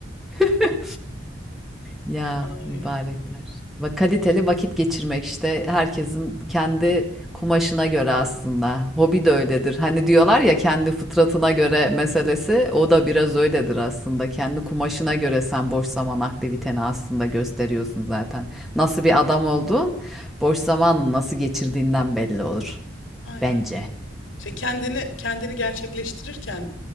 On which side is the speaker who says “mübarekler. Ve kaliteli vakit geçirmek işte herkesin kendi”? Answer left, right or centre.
Centre